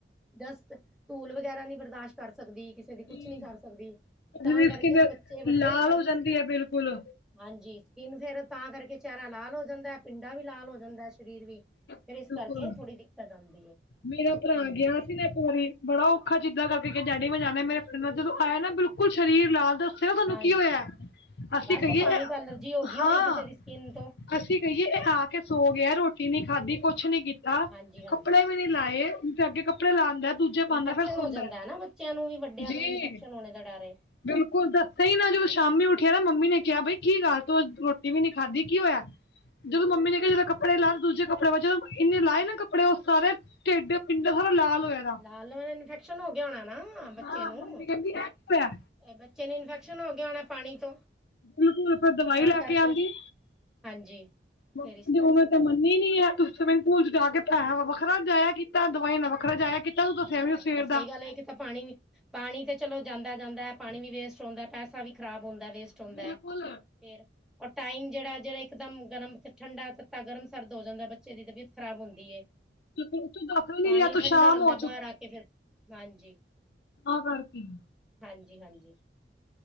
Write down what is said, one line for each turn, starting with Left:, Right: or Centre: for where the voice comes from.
Centre: ਜਸਟ ਧੂਲ ਵਗੈਰਾ ਨੀ ਬਰਦਾਸ਼ਤ ਕਰ ਸਕਦੀ ਕਿਸੇ ਦੀ ਕੁਛ
Left: ਜੀ।
Centre: ਨੀ ਕਰ ਸਕਦੀ।
Left: ਕਿਸੇ
Centre: ਤੇ ਤਾਂ
Left: ਦੀ
Centre: ਕਰਕੇ
Left: ਸਕਿਨ
Centre: ਬੱਚੇ ਵੱਡੇ
Left: ਲਾਲ
Centre: ਸਭ
Left: ਹੋ ਜਾਂਦੀ ਐ ਬਿਲਕੁਲ।
Centre: ਹਾਂਜੀ ਸਕਿੰਨ ਫੇਰ ਤਾਂ ਕਰਕੇ ਚਿਹਰਾ ਲਾਲ ਹੋ ਜਾਂਦਾ। ਪਿੰਡਾ ਵੀ ਲਾਲ ਹੋ ਜਾਂਦਾ ਸਰੀਰ ਵੀ, ਫੇਰ
Left: ਬਿਲਕੁਲ।
Centre: ਇਸ ਕਰਕੇ ਥੋੜ੍ਹੀ ਦਿੱਕਤ ਆਦੀ।
Left: ਮੇਰਾ ਭਰਾ ਗਿਆ ਸੀ ਨਾ ਇੱਕ ਵਾਰੀ ਬੜਾ ਔਖਾ ਜ਼ਿੱਦਾਂ ਕਰਕੇ ਡੈਡੀ ਮੈਂ ਜਾਣਾ ਮੇਰੇ ਫਰੈਂਡ ਨਾਲ ਜਦੋਂ ਆਇਆ ਨਾ ਬਿਲਕੁਲ ਸਰੀਰ ਲਾਲ ਤੇ ਚਲੋ ਤੁਹਾਨੂੰ
Centre: ਹਾਂਜੀ
Left: ਕੀ ਹੋਇਆ, ਅਸੀਂ
Centre: ਬਸ
Left: ਕਹੀਏ,
Centre: ਉਹ ਪਾਣੀ ਤੋਂ ਐਲਰਜੀ ਹੋ ਗਈ ਹੋਣੀ
Left: ਹਾਂ
Centre: ਕਿਸੇ ਦੀ ਸਕਿੰਨ ਤੋਂ
Left: ਅਸੀਂ ਕਹੀਏ ਇਹ ਆ ਕੇ ਸੋ ਗਿਆ ਰੋਟੀ ਨੀ ਖਾਧੀ ਕੁਛ ਨੀ ਕੀਤਾ
Centre: ਹਾਂਜੀ ਹਾਂਜੀ
Left: ਕੱਪੜੇ ਵੀ ਨੀ ਲਾਏ ਜਾ ਕੇ ਕੱਪੜੇ ਲਾਉਂਦਾ ਦੂਜੇ
Centre: ਇਨਫੈਕਸ਼ਨ
Left: ਪਾਉਂਦਾ ਫਿਰ ਸੌਂਦਾ
Centre: ਹੋ ਜਾਂਦਾ ਹੈ ਨਾ ਬੱਚਿਆਂ ਨੂੰ ਵੀ ਵੱਡਿਆਂ
Left: ਜੀ
Centre: ਨੂੰ ਵੀ ਇਨਫੈਕਸ਼ਨ ਹੋਣੇ ਦਾ ਡਰ ਏ।
Left: ਬਿਲਕੁਲ ਦੱਸ ਹੀ ਨਾ ਜਦੋਂ ਸ਼ਾਮੀ ਉਠਿਆ ਨਾ ਮੰਮੀ ਨੇ ਕਿਹਾ ਬਈ ਕੀ ਗੱਲ ਤੂੰ ਰੋਟੀ ਵੀ ਨੀ ਖਾਧੀ ਕੀ ਹੋਇਆ ਜਦੋਂ ਮੰਮੀ ਨੇ ਕਿਹਾ ਜਦ ਕੱਪੜੇ ਲਾ ਦੂਜੇ ਕਪੜੇ ਵਜੋਂ ਇੰਨੇ ਲਾਏ ਨਾ ਕੱਪੜੇ ਉਹ ਸਾਰੇ ਢੇਡ ਪਿੰਡ ਸਾਰਾ ਲਾਲ ਹੋਇਆ ਦਾ
Centre: ਲਾਲ ਹੋਇਆ ਇਨਫੈਕਸ਼ਨ ਹੋ ਗਿਆ ਹੋਣਾ ਨਾ ਬੱਚੇ
Left: ਹਾਂ
Centre: ਨੂੰ।
Left: ਮੰਮੀ ਕਹਿੰਦੀ ਐ ਕੀ ਹੋਇਆ
Centre: ਬੱਚੇ ਨੂੰ ਇਨਫੈਕਸ਼ਨ ਹੋ ਗਿਆ ਹੋਣਾ ਪਾਣੀ ਤੋਂ
Left: ਬਿਲਕੁਲ ਫਿਰ ਦਵਾਈ
Centre: ਤਾਂ
Left: ਲੈ
Centre: ਕਰਕੇ
Left: ਕੇ ਆਉਂਦੀ
Centre: ਹਾਂਜੀ।
Left: ਮੰਮੀ
Centre: ਫੇਰ ਇਸ ਕਰਕੇ
Left: ਦੀ ਉਮਰ ਮਰਨੀ ਨੀ ਹੈ ਤੁ ਸੀਮਿੰਗ ਪੂਲ ਚ ਜਾ ਕੇ ਪੈਸਾ ਵ ਵੱਖਰਾ ਜਾਇਆ ਕੀਤਾ ਦਵਾਈਆਂ ਨਾਲ ਵੱਖਰਾ ਜਾਇਆ ਕੀਤਾ ਤੂੰ ਦੱਸਿਆ
Centre: ਜਾਇਆ
Left: ਵੀ
Centre: ਕੀਤਾ
Left: ਸਵੇਰ
Centre: ਸਹੀ
Left: ਦਾ
Centre: ਗੱਲ ਹੈ ਕਿ ਤਾਂ ਪਾਣੀ ਵੀ ਪਾਣੀ ਤੇ ਚਲੋ ਜਾਂਦਾ ਜਾਂਦਾ ਹੈ ਪਾਣੀ ਵੀ ਵੇਸਟ ਹੁੰਦਾ ਪੈਸਾ ਵੀ ਖ਼ਰਾਬ ਹੁੰਦਾ ਵੇਸਟ ਹੁੰਦਾ
Left: ਬਿਲਕੁਲ
Centre: ਹੈ ਫਿਰ ਟਾਈਮ ਜਿਹੜਾ ਜਿਹੜਾ ਇਕਦਮ ਗਰਮ ਠੰਡਾ ਤੱਤਾ ਗਰਮ ਸਰਦ ਹੋ ਜਾਂਦਾ ਬੱਚੇ ਦੀ ਤਬੀਅਤ ਖਰਾਬ ਹੁੰਦੀ ਹੈ
Left: ਬਿਲਕੁਲ ਤੂੰ ਦੱਸ ਵੀ
Centre: ਪਾਣੀ
Left: ਨੀ ਰਿਹਾ ਤੂੰ
Centre: ਠੰਡਾ
Left: ਸ਼ਾਮ
Centre: ਆਉਂਦਾ
Left: ਹੋ
Centre: ਘਰ ਆ ਕੇ ਫਿਰ ਹਾਂਜੀ
Left: ਆ ਆ ਰੂਟੀਨ
Centre: ਹਾਂਜੀ ਹਾਂਜੀ